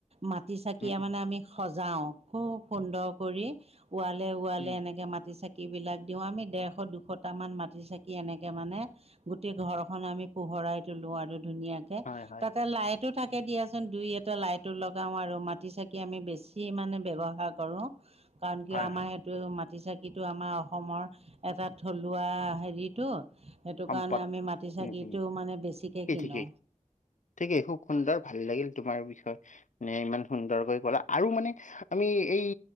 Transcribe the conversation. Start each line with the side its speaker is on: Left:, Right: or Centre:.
Right: মাটি চাকিয়ে
Left: উম উম
Right: মানে আমি সজাওঁ খুব সুন্দৰ কৰি ওৱালে ওৱালে
Left: উম
Right: এনেকে মাটি চেক কিবিলাক দিওঁ আমি ডেৰশ দুশটামান মাটি চাকি এনেকে মানে গোটেই ঘৰখন আমি পোহৰাই তলো আৰু ধুনীয়াকে
Left: হয় হয়
Right: তাতে লাইটো থাক কে দিয়াচোন দুই এটা লাইটো লগাও আৰু মাটি চাকি আমি বেছি মানে ব্যৱহাৰ কৰো কাৰণ কিয়
Left: হয়
Right: আমাৰ
Left: হয়
Right: হেত টো মাটি চাকিটো আমাৰ অসমৰ এটা থলুৱা হেৰিটো সেইটো
Left: সম্পদ
Right: কাৰণে আমি মাটি চাকিটো
Left: উম উম
Right: মানে বেছিকে
Left: ঠিকেই
Right: কিনো
Left: ঠিকেই ঠিকেই খুব সুন্দৰ ভাল লাগিল তোমাৰ বিষয়ে মানে ইমান সুন্দৰকৈ ক'লা আৰু মানে আমি এই